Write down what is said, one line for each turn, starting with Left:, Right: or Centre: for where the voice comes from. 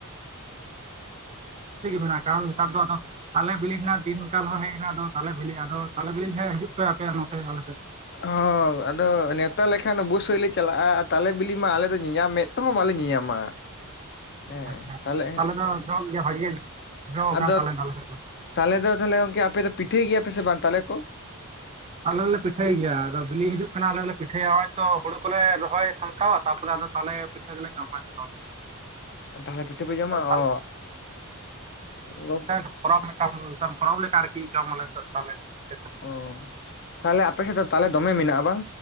Right: ᱜᱮ ᱢᱟᱱᱟᱜ-ᱟ ᱠᱟᱨᱚᱱ ᱱᱮᱛᱟᱨ ᱫᱚ ᱟᱫᱚ ᱛᱟᱞᱮ ᱵᱤᱞᱤ ᱨᱮᱱᱟᱜ ᱫᱤᱱ ᱠᱟᱞ ᱦᱚᱸ ᱦᱮᱡ ᱮᱱᱟ ᱟᱫᱚ ᱛᱟᱞᱮ ᱵᱤᱞᱤ ᱟᱫᱚ ᱛᱟᱞᱮ ᱵᱤᱞᱤ ᱦᱮᱸ ᱦᱤᱡᱩᱜ ᱯᱮ ᱟᱯᱮᱭᱟᱜ ᱱᱚᱛᱮ ᱟᱞᱮ ᱥᱮᱫ᱾
Left: ᱦᱚᱸ ᱟᱫᱚ ᱱᱮᱶᱛᱟ ᱞᱮᱠᱷᱟᱱ ᱳᱵᱳᱥᱥᱳᱭ ᱞᱮ ᱪᱟᱞᱟᱜᱼᱟ ᱛᱟᱞᱮ ᱵᱤᱞᱤ ᱢᱟ ᱟᱞᱮ ᱫᱚ ᱧᱮᱧᱟᱢ ᱢᱮᱫ ᱛᱮᱦᱚᱸ ᱵᱟᱞᱮ ᱧᱮᱧᱟᱢᱟ᱾ ᱦᱮᱸ
Right: ᱟᱪᱪᱷᱟ᱾
Left: ᱛᱟᱦᱞᱮ
Right: ᱛᱟᱞᱮ ᱫᱚ ᱡᱚᱜ ᱜᱮᱭᱟ ᱵᱟᱷᱮ ᱜᱮ, ᱡᱚ ᱟᱠᱟᱱ
Left: ᱟᱫᱚ
Right: ᱜᱟᱞᱮ ᱫᱚ ᱟᱞᱮ ᱥᱮᱫ ᱫᱚ᱾
Left: ᱛᱟᱞᱮ ᱫᱚ ᱛᱟᱞᱦᱮ ᱜᱚᱝᱠᱮ ᱟᱯᱮ ᱫᱚ ᱯᱤᱴᱷᱟᱹᱭ ᱜᱮᱭᱟ ᱯᱮ ᱥᱮ ᱵᱟᱝ ᱛᱟᱞᱮ ᱠᱚ?
Right: ᱟᱞᱮ ᱞᱮ ᱯᱤᱴᱷᱟᱹᱭ ᱜᱮᱭᱟ ᱟᱫᱚ ᱵᱤᱞᱤ ᱦᱤᱡᱩᱜ ᱠᱟᱱᱟ ᱟᱞᱮ ᱞᱮ ᱯᱤᱴᱷᱟᱹᱭᱟ ᱦᱚᱜ-ᱚᱭ ᱛᱚ ᱦᱳᱲᱳ ᱠᱚᱞᱮ ᱨᱚᱦᱚᱭ ᱥᱟᱢᱴ ᱠᱟᱣᱟ ᱛᱟᱯᱚᱨᱮ ᱟᱫᱚ ᱛᱟᱦᱞᱮ ᱯᱤᱴᱷᱟᱹ ᱜᱮᱞᱮ ᱡᱚᱢᱟ ᱡᱷᱚᱛᱚ
Left: ᱛᱟᱦᱞᱮ ᱯᱤᱴᱷᱟᱹ ᱯᱮ ᱡᱚᱢᱟ
Right: ᱦᱚᱲ᱾
Left: ᱚ ᱜᱚᱝᱠᱮ
Right: <unintelligible> ᱯᱚᱨᱚᱵᱽ ᱢᱤᱫᱴᱟᱝ ᱥᱮᱢ ᱯᱚᱨᱚᱵᱽ ᱞᱮᱠᱟ ᱟᱨᱠᱤ ᱡᱚᱢ ᱟᱞᱮ‌ ᱱᱤᱱᱚᱜ ᱛᱟᱞᱮ ᱵᱤᱞᱤ ᱠᱚᱫᱚ᱾
Left: ᱚ᱾ ᱛᱟᱦᱞᱮ ᱟᱯᱮ ᱥᱮᱫ ᱫᱚ ᱛᱟᱞᱮ ᱫᱚᱢᱮ ᱢᱮᱱᱟᱜᱼᱟ ᱵᱟᱝ?